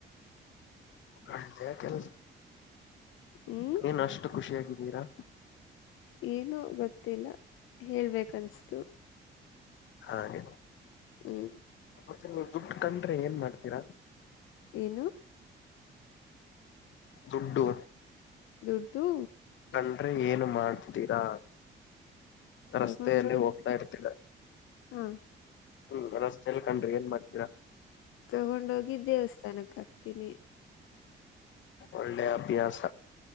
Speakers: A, on the left; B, on the left.
A: ಅ ಕೆಲಸ
B: ಹ್ಮ್
A: ಏನ್ ಅಷ್ಟು ಖುಷಿಯಾಗಿದ್ದೀರಾ.
B: ಏನು ಗೊತ್ತಿಲ್ಲ ಹೇಳ್ಬೇಕು ಅನ್ಸಸ್ತು.
A: ಹಾಗೆ
B: ಹ್ಮ್
A: ಮತ್ತೆ ನೀವು ದುಡ್ಡು ಕಂಡ್ರೆ ಏನ್ ಮಾಡ್ತೀರಾ.
B: ಏನು
A: ದುಡ್ಡು
B: ದುಡ್ಡು
A: ಕಂಡ್ರೆ ಏನು ಮಾಡತ್ತಿರಾ. ರಸ್ತೆಯಲ್ಲಿ
B: ತಗೊಂಡೋಗಿ
A: ಹೋಗ್ತಾ ಇರತ್ತೀರಾ.
B: ಹಾ
A: ಹ್ಮ್ ರಸ್ತೆ ಅಲ್ಲಿ ಕಂಡ್ರೆ ಏನ್ ಮಾಡ್ತೀರಾ.
B: ತಗೊಂಡೋಗಿ ದೇವಸ್ಥಾನಕ್ ಹಾಕ್ತೀನಿ.
A: ಒಳ್ಳೆ ಅಭ್ಯಾಸ